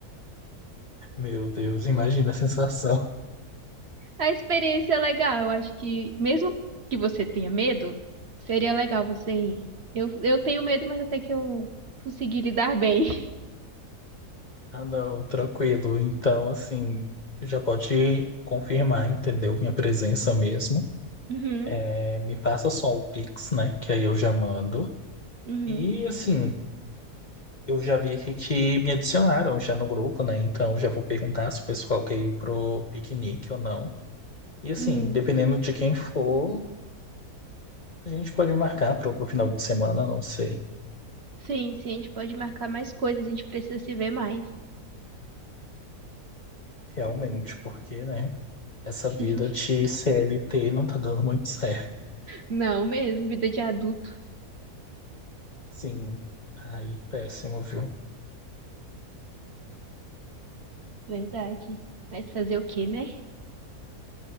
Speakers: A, on the left; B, on the right.
A: Meu Deus, imagina a sensação.
B: A experiência é legal. Eu acho que, mesmo que você tenha medo, seria legal você ir. Eu, eu tenho medo, mas até que eu consegui lidar bem. <laughs>
A: Ah, não, tranquilo. Então, assim, já pode confirmar, entendeu? Minha presença mesmo.
B: Uhum,
A: É, me passa só o Pix, né? Que aí eu já mando.
B: uhum,
A: E, assim, eu já vi aqui que me adicionaram já no grupo, né? Então, já vou perguntar se o pessoal quer ir pro piquenique ou não. E, assim,
B: uhum.
A: dependendo de quem for, a gente pode marcar pro, pro final de semana, não sei.
B: Sim, sim, a gente pode marcar mais coisas, a gente precisa se ver mais.
A: Realmente, porque, né? Essa
B: <laughs>
A: vida de CLT não tá dando muito certo.
B: Não mesmo, vida de adulto.
A: Sim. Aí, péssimo, viu?
B: Verdade. Mas fazer o quê, né?